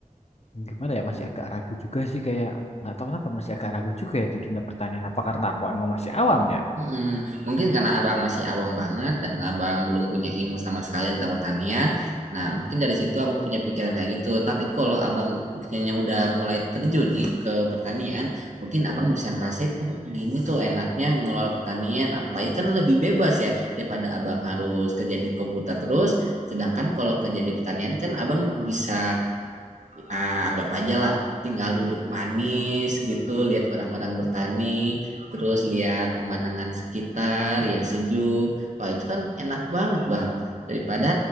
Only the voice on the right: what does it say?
Mm, Mungkin karena abang masih awam banget dan abang belum punya ilmu sama sekali tentang pertanian. Nah, mungkin dari situ abang punya pikiran kayak gitu. Tapi kalau abang kayaknya udah mulai terjun nih ke pertanian, mungkin abang bisa ngerasain, oh gini tuh enaknya ngelola pertanian. Apalagi kan lebih bebas ya daripada abang harus kerja di komputer terus. Sedangkan kalau kerja di pertanian kan abang bisa ah, anggap aja lah tinggal duduk manis gitu lihat orang-orang bertani terus lihat pemandangan sekitar yang sejuk wah itu kan enak banget bang daripada